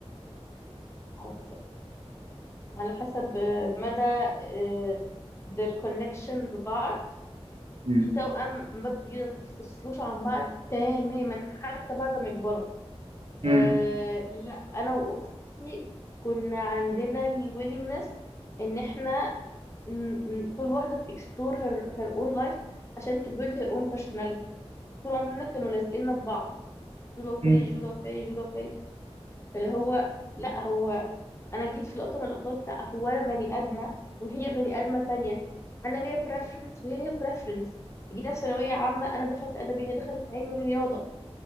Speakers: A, on the left; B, on the right.
A: على حسب على حسب مدى آه، their connection ببعض
B: مم.
A: في توأم ما بينفصلوش عن بعض تماما حتى بعد ما يكبروا
B: مم.
A: آه لا أنا وأختي كنا عندنا ال willingness إن إحنا ن- ن- كل واحدة ت explore her, her own life عشان to build her own personality طول عمرنا كانوا لازقيننا ببعض جولو بيري
B: مم.
A: جولو بيري جولو بيري فاللي هو لا هو انا جيت في لقطه من اللقطات لا هو انا بني ادمه وهي بني ادمه تانية انا ليا بريفرنس وهي ليا بريفرنس جينا في ثانويه عامه انا دخلت ادبي هي دخلت علمي رياضه